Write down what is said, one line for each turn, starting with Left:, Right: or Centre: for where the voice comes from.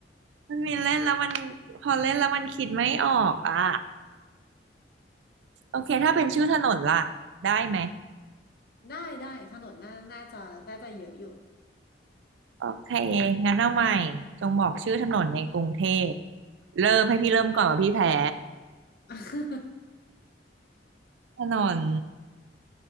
Right: มันมีเล่นแล้วมันพอเล่นแล้วมันคิดไม่ออกอ่ะโอเคถ้าเป็นชื่อถนนล่ะได้ไหม
Left: ได้ได้ถนนน่าน่าจะน่าจะเยอะอยู่
Right: โอเคงั้นเอาใหม่จงบอกชื่อถนนในกรุงเทพเริ่มให้พี่เริ่มก่อนว่าพี่แพ้
Left: <laughs>
Right: ถนน